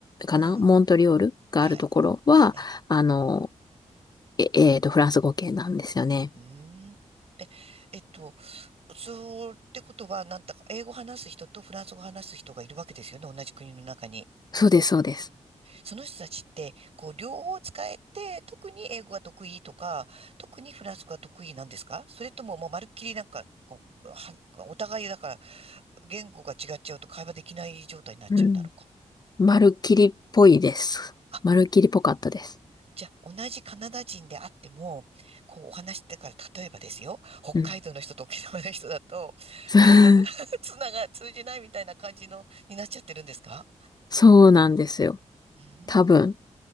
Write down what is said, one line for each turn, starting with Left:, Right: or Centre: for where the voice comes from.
Left: かなモントリオールがあるところは、
Right: うん。はい。え、
Left: あの、え、えーと、フランス語圏なんですよね。
Right: うーん。えっと、そうってことは、なんだか、英語話す人とフランス語話す人がいるわけですよね。同じ国の中に。
Left: そうです、そうです。
Right: その人たちって、こう、両方使えて、特に英語が得意とか、特にフランス語が得意なんですかそれとも、もうまるっきりなんか、こう、は、お互いだから、言語が違っちゃうと会話できない状態になっちゃうんだろうか。
Left: うん。まるっきりっぽいです。
Right: あ、
Left: まるっきりっぽかったです。
Right: じゃあ、同じカナダ人であっても、こう、お話してから、例えばですよ、北海道の人と沖縄の人だと、
Left: うん。<laughs>
Right: 会話が <laughs> つなが、通じないみたいな感じの、になっちゃってるんですか
Left: そうなんですよ。
Right: うー
Left: 多分。
Right: ん、